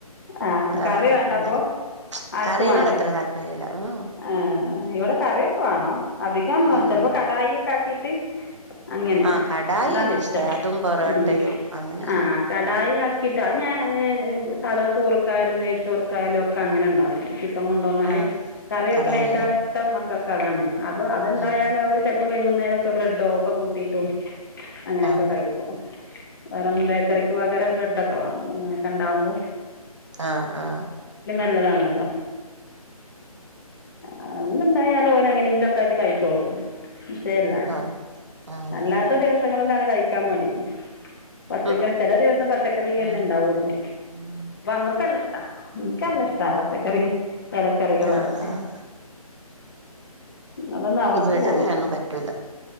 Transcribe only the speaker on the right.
അതാ
വേണ്ടത്
ഇവിടെ
കറീനോട്
അത്ര താല്പര്യല്ല ഉം
ആഹ്
ആഹ് കടായി
അല്ലേ
അതും പൊറോട്ടയും
അങ്ങനെയല്ല
ആഹ്
കടായില്ലേ
ഉം
ആഹ്
ആഹ് ആ
ആഹ് ആഹ്
ആഹ്
അവല്
ഉം
ആഹ് ആഹ്
ഇവിടെ
അങ്ങനൊന്നും പറ്റൂല